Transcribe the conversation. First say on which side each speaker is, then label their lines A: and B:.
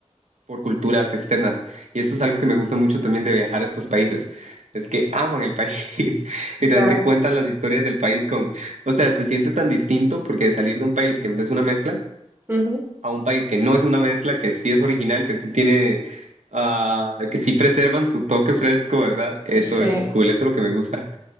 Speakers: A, on the right (about 75°); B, on the right (about 15°).
A: por culturas externas. Y esto es algo que me gusta mucho también de viajar a estos países. Es que aman el país. <laughs> Literalmente
B: claro.
A: cuentan las historias del país con, o sea, se siente tan distinto porque de salir de un país que es una mezcla
B: ujú,
A: a un país que no es una mezcla, que sí es original, que sí tiene, ah, que sí preservan su toque fresco, ¿verdad? Eso,
B: Sí.
A: eso es cool, eso es lo que me gusta.